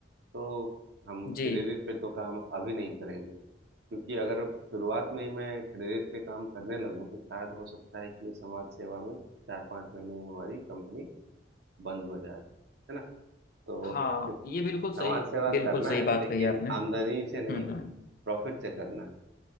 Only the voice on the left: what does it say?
जी
हाँ
ये बिल्कुल
सही
बिल्कुल
सही
बात
कही आपने
हम्म
हम्म